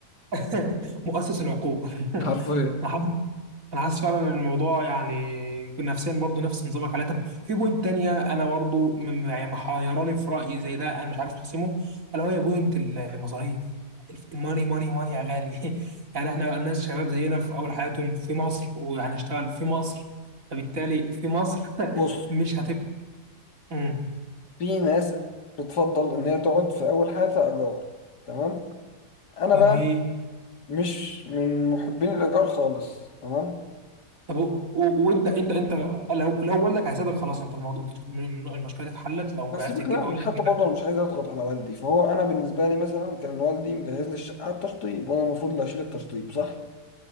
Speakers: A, on the right (about 50°); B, on the left (about 75°).
A: <laughs> مؤسس العقوبة <laughs>
B: حرفيا
A: أنا حاسس أنا حاسس فعلا إن الموضوع يعني نفسيا برضو نفس نظامك عليه طب في بوينت تانية أنا برضو م- يعني محيراني في رأيي زي ده أنا مش عارف أحسمه ألا وهي بوينت المصاريف الماني ماني ماني يا غالي <laughs> يعني إحنا الناس شباب زينا في أول حياتهم في مصر وهنشتغل في مصر فبالتالي في مصر <laughs>
B: بص
A: مش هتبقى مم.
B: في ناس بتفضل ان هي تقعد في اول حياتها ايجار تمام انا
A: جميل
B: بقى مش من محبين الايجار خالص تمام
A: طب و- و- وانت انت انت لو لو والدك هيساعدك خلاص انت الموضوع المشكله دي اتحلت لو
B: هسيبك
A: عرفت تجيب
B: لا
A: والدك
B: حتى
A: تجيب
B: برضه
A: لك
B: انا مش عايز اضغط على والدي فهو انا بالنسبه لي مثلا كان والدي مجهز لي الشقه على التشطيب وانا المفروض اللي اشيل التشطيب صح